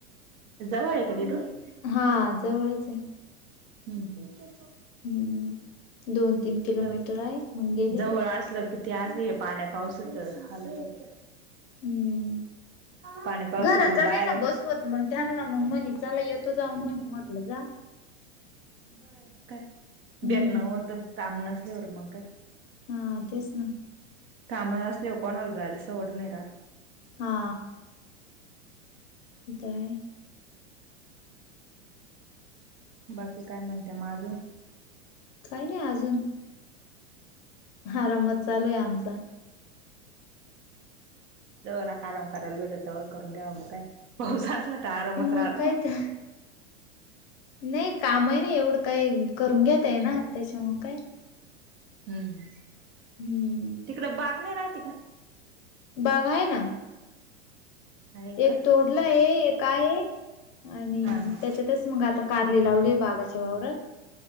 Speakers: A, on the right; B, on the left.
A: जवळ ये का तिथून?
B: हा जवळच हाय.
A: हुं. हुं. जा
B: हम्म दोन तीन किलोमीटर
A: जव
B: आहे मग गेले
A: जवळ असलं की, ते आस हे पाण्या पावसाच हालच होत.
B: हम्म.
A: पाण्या पावसाचच
B: घरात
A: बाहेर
B: नाही ना
A: ये.
B: बसवत मग त्याला ना मग मनी चला येतो जाऊन म्हनी म्हटलं जा.
A: बरं हाय मग काय?
B: हम्म
A: भेटणं होत काम नसल्यावर मग काय.
B: हा तेच ना.
A: काम असलेवर कोणाला जायला सवड नाही राहात.
B: हा. इथ हाय.
A: बाकी काय म्हणते मग अजून?
B: काही नाही अजून. आरामात चालू ये आमचा.
A: जोवर आराम करायला मिलल तवर करून घ्याव काय, पाऊस असला तर, आरामच
B: मग
A: राहतो.
B: काय तर नाही कामही नाही एवढं काही करून घेतेय ना, त्याच्यामूळ काय?
A: हम्म
B: हम्म
A: तिकडं बाग नाही राहते का?
B: बाग आहे ना.
A: आहे
B: एक
A: का
B: तोडलंय, एक आहे आणि
A: हा हा
B: त्याच्यातच मग आता कारली लावली बागाच्या वावरात